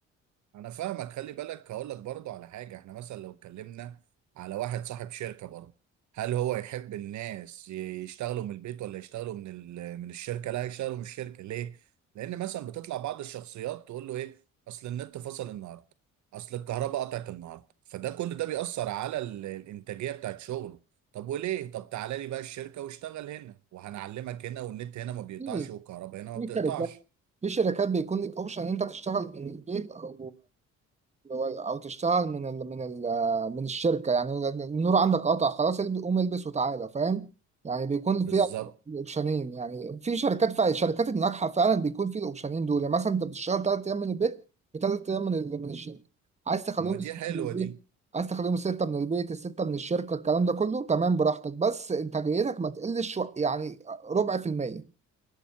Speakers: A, on the right; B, on the right.
A: انا فاهمك خلي بالك هقول لك برضه على حاجه احنا مثلا لو اتكلمنا على واحد صاحب شركه برضه هل هو يحب الناس يشتغلوا من البيت ولا يشتغلوا من ال- من الشركه لا يشتغلوا من الشركه ليه لان مثلا بتطلع بعض الشخصيات تقول له ايه اصل النت فصل النهارده اصل الكهرباء قطعت النهارده فده كل ده بيأثر على ال- الانتاجيه بتاعت شغله طب وليه طب تعالى لي بقى الشركه واشتغل هنا وهنعلمك هنا والنت هنا ما بيقطعش
B: في
A: والكهرباء هنا ما بتقطعش
B: في شركات في شركات بيكون لك اوبشن ان انت تشتغل من البيت او او أو تشتغل من ال من ال من الشركه يعني النور عندك قطع خلاص الب- قوم البس وتعالى فاهم يعني بيكون
A: بالظبط
B: فيها اوبشنين يعني في شركات فعلا الشركات الناجحه فعلا بيكون في الاوبشنين دول يعني مثلا انت بتشتغل ثلاث ايام من البيت وثلاث ايام من ال- من الشركه عايز تخليهم
A: ما
B: سته
A: دي حلوه
B: من البيت
A: دي
B: عايز تخليهم سته من البيت السته من الشركه الكلام ده كله تمام براحتك بس انتاجيتك ما تقلش شو- يعني ربع في الميه